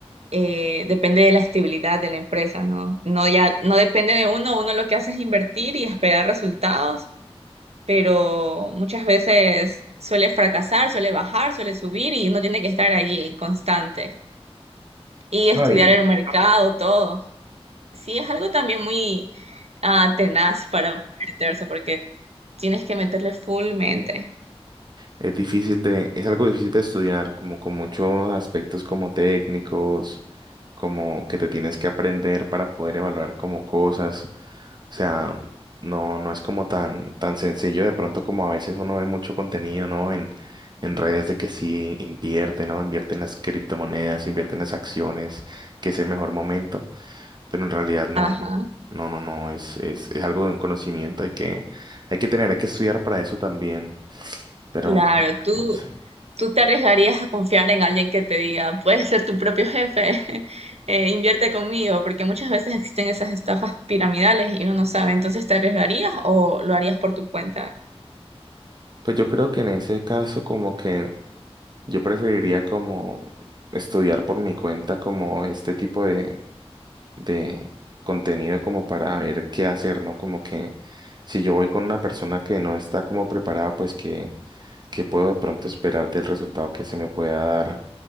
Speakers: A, on the right; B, on the right.
A: eh, depende de la estabilidad de la empresa, ¿no? No ya, no depende de uno, uno lo que hace es invertir y esperar resultados, pero muchas veces suele fracasar, suele bajar, suele subir y uno tiene que estar allí constante y estudiar
B: No y
A: el mercado, todo. Sí, es algo también muy ah, tenaz para poder meterse porque tienes que meterle full mente.
B: Es difícil de, es algo difícil de estudiar, como con muchos aspectos como técnicos, como que te tienes que aprender para poder evaluar como cosas. O sea, no, no es como tan, tan sencillo de pronto como a veces uno ve mucho contenido, ¿no? En, en redes de que sí invierte, ¿no? Invierte en las criptomonedas, invierte en las acciones, que es el mejor momento. Pero en realidad no,
A: Ajá,
B: no, no, no, es, es, es algo de un conocimiento, hay que, hay que tener, hay que estudiar para eso también pero
A: claro,
B: no,
A: tú,
B: no sé.
A: ¿Tú te arriesgarías a confiar en alguien que te diga, puedes ser tu propio jefe, <laughs> eh, invierte conmigo? Porque muchas veces existen esas estafas piramidales y uno no sabe. Entonces, ¿te arriesgarías o lo harías por tu cuenta?
B: Pues yo creo que en ese caso como que yo preferiría como estudiar por mi cuenta como este tipo de, de contenido como para ver qué hacer, ¿no? Como que si yo voy con una persona que no está como preparada, pues que, que puedo de pronto esperar del resultado que se me pueda dar